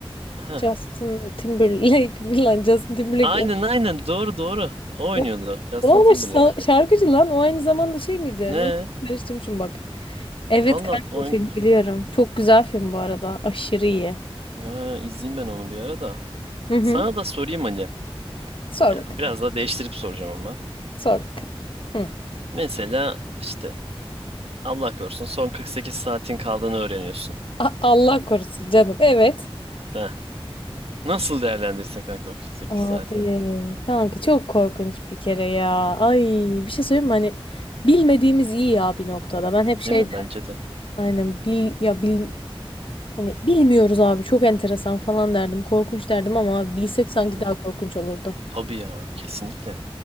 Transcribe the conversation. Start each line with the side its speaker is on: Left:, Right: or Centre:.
Right: heh.
Left: Justin Timberlake <laughs> lan Justin Timberlake
Right: Aynen
Left: o,
Right: aynen doğru doğru. O oynuyordu
Left: o,
Right: Justin
Left: o ama
Right: Timberlake.
Left: şa- şarkıcı lan o aynı zamanda şey miydi?
Right: Ne?
Left: Neyse karıştırmışım bak. Evet
Right: Valla
Left: kanka
Right: oyun...
Left: o filmi biliyorum. Çok güzel film bu arada. Aşırı iyi.
Right: Ha, izleyeyim ben onu bir ara da.
Left: Hı hı.
Right: Sana da sorayım hani.
Left: Sor
Right: Ya,
Left: bakalım.
Right: biraz daha değiştirip soracağım ama.
Left: Sor bakalım. Hı.
Right: Mesela işte Allah korusun son 48 saatin kaldığını öğreniyorsun.
Left: A- Allah korusun canım. Evet.
Right: Ha Nasıl değerlendirirsin kanka o 48
Left: Abi
Right: saati?
Left: kanka çok korkunç bir kere ya. Ay bir şey söyleyeyim mi? Hani bilmediğimiz iyi ya bir noktada. Ben hep
Right: Değil
Left: şey
Right: mi?
Left: derdim.
Right: Bence de.
Left: Aynen bil ya bil hani bilmiyoruz abi çok enteresan falan derdim. Korkunç derdim ama abi bilsek sanki
Right: Hı hı.
Left: daha korkunç olurdu.
Right: Tabii ya kesinlikle.